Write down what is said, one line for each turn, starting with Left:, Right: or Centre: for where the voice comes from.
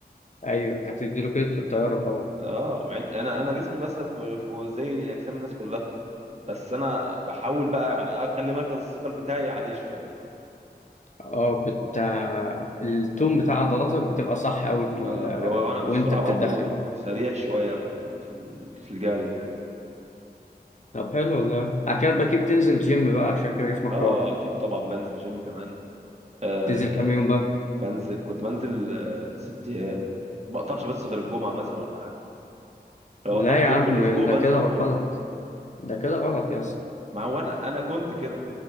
Left: ايوه هتديله كتف في الطيارة طبعا
Right: اه مع ان انا انا جسمي مثلا في... في زي اجسام الناس كلها بس انا بحاول بقى يعني اخلي مركز الثقل بتاعي عليه شويه
Left: اه بت... التون بتاع عضلاتك بتبقى صح قوي في ال...
Right: اه ولو انا
Left: وانت
Right: في السرعه
Left: بتتدخل
Right: برضو سريع شويه في ال... في ال... في الجري وكده
Left: طب حلو والله بعد
Right: مم.
Left: كده بقى بتنزل جيم بقى عشان كده جسمك
Right: اه
Left: قوي
Right: اه اكيد طبعا بنزل جيم كمان آه
Left: تنزل كام يوم بقى
Right: بنزل كنت بنزل آه ست ايام ما بقطعش بس غير الجمعه مثلا ولا حاجه لو
Left: لا
Right: قطعت
Left: يا
Right: يوم
Left: عم
Right: في الاسبوع
Left: ده
Right: بنزل
Left: كده
Right: الجمعه
Left: غلط ده كده غلط يا اسطى
Right: ما هو انا انا كنت كده